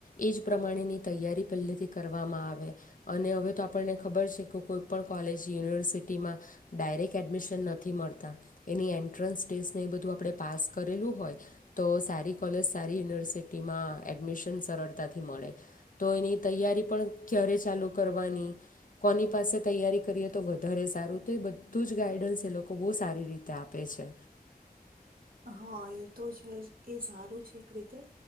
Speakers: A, on the left; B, on the right.
A: એ જ પ્રમાણેની તૈયારી પહેલેથી કરવામાં આવે. અને હવે તો આપને ખબર છે કે કોઈપણ કોલેજ યુનિવર્સિટી માં ડાયરેક્ટ એડમિશન નથી મળતા. એની એન્ટ્રન્સ ટેસ્ટ ને એ બધું આપડે પાસ કરેલું હોય, તો સારી કૉલેજ, સારી યુનિવર્સિટી માં એડમિશન સરળતાથી મળે. તો તેની તૈયારી પણ ત્યારે ચાલુ કરવાની, કોની પાસે તૈયારી કરીએ તો વધારે સારું તો એ બધું જ ગાઈડન્સ એ લોકો બહુ સારી રીતે આપે છે.
B: હા એ તો છે એ સારું છે એક રીતે